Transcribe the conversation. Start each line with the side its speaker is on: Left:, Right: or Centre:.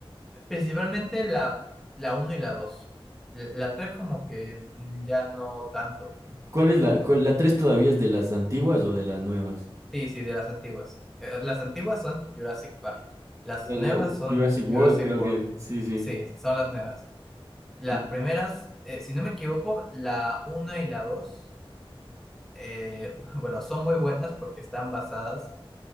Centre: Principalmente la, la uno y la dos La la 3 como que mm, ya no tanto.
Right: ¿Cuál es la cuál- la tres todavía es de las antiguas o de las nuevas?
Centre: Sí, sí, de las antiguas. Eh, las antiguas son Jurassic Park. Las
Right: El,
Centre: nuevas
Right: eh,
Centre: son
Right: Jurassic World,
Centre: Jurassic
Right: creo
Centre: World.
Right: que. Sí, sí.
Centre: Sí, son las nuevas. Las
Right: No,
Centre: primeras, eh, si no me equivoco, la 1 y la 2, eh, <laughs> bueno, son muy buenas porque están basadas